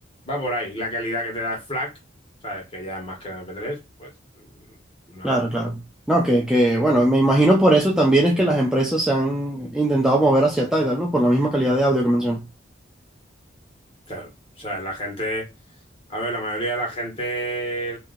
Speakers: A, on the left; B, in the centre.
A: va por ahí. La calidad que te da el FLAC, ¿sabes? Que ya es más que el mp tres, pues mm, una
B: Claro,
A: locura.
B: claro. No, que, que, bueno, me imagino por eso también es que las empresas se han intentado mover hacia Tidal, ¿no? Por la misma calidad de audio que mencionas.
A: Claro, o sea, la gente, a ver, la mayoría de la gente